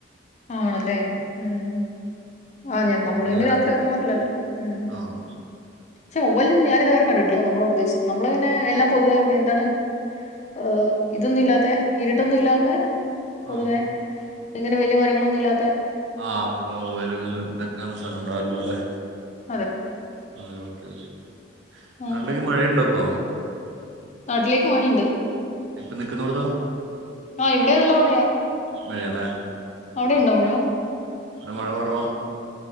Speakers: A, on the left; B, on the right.
A: ആണല്ലേ ഉം ആതെ നമ്മള്
B: അതിനെയാണത്
A: പിന്നെ രാത്രി ഇറങ്ങാറില്ലല്ലോ ഉം
B: ആഹ്
A: പക്ഷെ <unintelligible> ഞാനിതുവരെ കണ്ടിട്ടില്ല നമ്മുടെ പ്രദേശത്ത് നമ്മള് പിന്നെ എല്ലാം പൊതുവെ എന്താണ് ഏ ഇതൊന്നും ഇല്ലാത്ത ഇരിട്ടൊന്നും ഇല്ലാത്ത
B: ആ
A: പൊതുവെ ഇങ്ങനെ വലിയ മരങ്ങളൊന്നും ഇല്ലാത്തെ
B: ആ അപ്പൊ <unintelligible> നിക്കാൻള്ള സ്ഥലം ഉണ്ടാവില്ലോലെ
A: അതെ
B: <unintelligible>
A: ആ
B: നാട്ടിലേക്ക് മഴയുണ്ടോപ്പോ?
A: നാട്ടിലേക്ക് മഴയുണ്ട്
B: ഇപ്പം നിക്കുന്നോടത്തോ
A: ആഹ് ഇവിടേം നല്ല മഴയാ
B: മഴലേ
A: അവിടെ ഇണ്ടോ മഴ
B: ഇവിടെ മഴ കൊറവാ